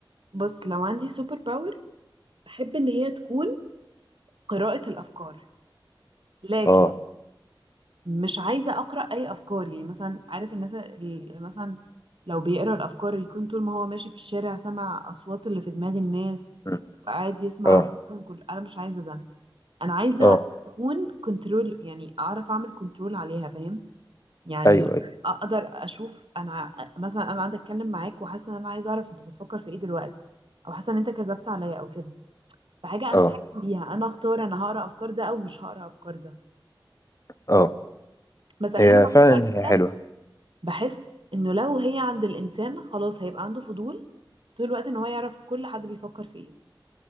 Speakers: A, on the right (about 80°); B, on the left (about 40°).
A: بص لو عندي سوبر باور أحب إن هي تكون قراءة الأفكار لكن
B: اه
A: مش عايزة أقرأ أي أفكار يعني مثلا عارف الناس اللي مثلا لو بيقرأ الأفكار يكون طول ما هو ماشي في الشارع سمع أصوات اللي في دماغ الناس
B: م.
A: وقاعد يسمع
B: اه
A: أفكارهم كل أنا مش عايزة ده أنا عايزة
B: اه
A: أكون كنترول يعني أعرف أعمل كنترول عليها فاهم يعني
B: ايوه ايوه
A: أقدر أشوف أنا ع- مثلا أنا قاعدة أتكلم معاك وحاسة إن أنا عايزة أعرف أنت بتفكر في إيه دلوقتي أو حاسة إن أنت كذبت عليا أو كده فحاجة أنا
B: اه
A: أتحكم بيها أنا أختار أنا هقرأ أفكار ده أو مش هقرأ أفكار ده
B: اه
A: بس أحيانا
B: هي
A: بفكر
B: فعلا
A: فيها
B: هي حلوه
A: بحس انه لو هي عند الانسان خلاص هيبقى عنده فضول طول الوقت ان هو يعرف كل حد بيفكر في ايه